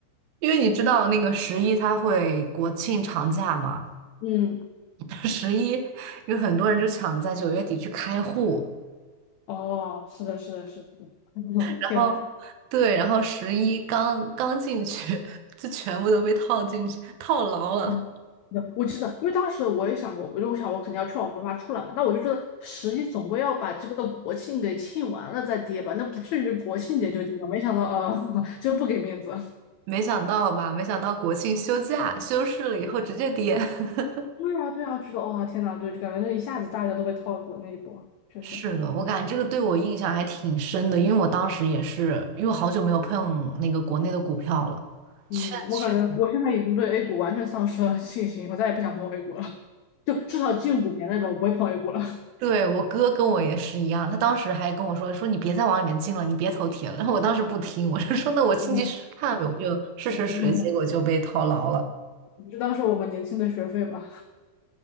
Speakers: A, on the right (about 80°); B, on the left (about 85°).
A: 因为你知道那个十一它会国庆长假嘛，
B: 嗯，
A: <laughs> 十一有很多人就抢在九月底去开户，
B: 哦，是的，是的，是的。<laughs>
A: 然后
B: 天。
A: 对，然后十一刚刚进去 <laughs> 就全部都被套进去套牢了，
B: 嗯，那我记得，因为当时我也想过，我就想我肯定要劝我妈妈出来嘛，但我就觉得十一总归要把这个国庆给庆完了再跌吧，那不至于国庆节就跌吧。没想到，啊，<laughs> 就不给面子。
A: 没想到吧？没想到国庆休假休市了以后直接跌。<laughs>
B: 对啊，对啊，觉得哇，天呐，对，感觉那一下子大家都被套路了那一波，确实。
A: 是的，我感觉这个对我印象还挺深的，因为我当时也是，因为我好久没有碰那个国内的股票了，
B: 嗯，
A: 券圈。
B: 我感觉我现在已经对 A 股完全丧失了信心，我再也不想碰 A 股了，就至少近五年内吧，我不会碰 A 股了。
A: 对，我哥跟我也是一样，他当时还跟我说说你别再往里面进了，你别投铁了。然后我当时不听，我就说那我进去试试看呗，
B: 嗯
A: 我就试试水，
B: 嗯，
A: 结果就被套牢了。
B: <laughs> 就当是我们年轻的学费吧。